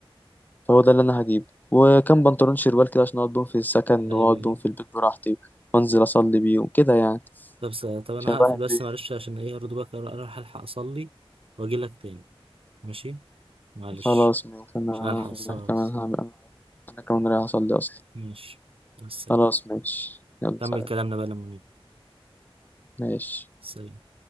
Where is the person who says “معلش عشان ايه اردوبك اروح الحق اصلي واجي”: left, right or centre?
Right